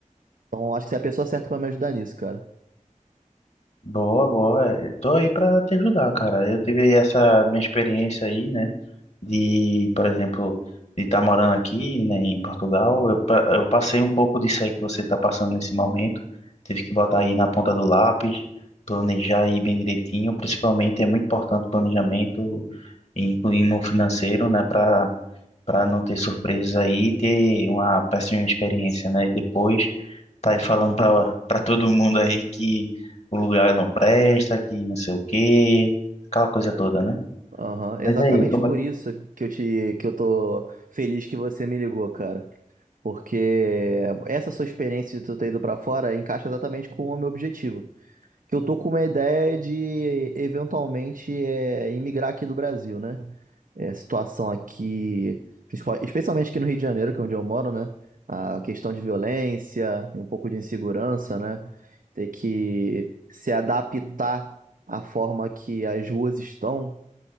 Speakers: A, on the right; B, on the left.
A: Então, acho que você é a pessoa certa pra me ajudar nisso, cara.
B: Boa, boa. eh, Tô aí pra te ajudar, cara. Eu tive essa minha experiência aí, né? De, por exemplo, de estar morando aqui, né, em Portugal. Eu, pa- eu passei um pouco disso aí que você tá passando nesse momento. Tive que botar aí na ponta do lápis, planejar aí bem direitinho. Principalmente é muito importante o planejamento, incluindo o financeiro, né? Pra para não ter surpresas aí e ter uma péssima experiência, né? E depois tá aí falando para para todo mundo aí que o lugar não presta, que não sei o quê, aquela coisa toda, né?
A: Aham, Exatamente
B: Mas aí, como
A: por
B: é
A: isso que eu te, que eu tô feliz que você me ligou, cara. Porque essa sua experiência de tu ter ido pra fora encaixa exatamente com o meu objetivo. Que eu tô com uma ideia de eventualmente é, imigrar aqui do Brasil, né? É, a situação aqui, principal- especialmente aqui no Rio de Janeiro, que é onde eu moro, né? A questão de violência e um pouco de insegurança, né? Ter que se adaptar à forma que as ruas estão.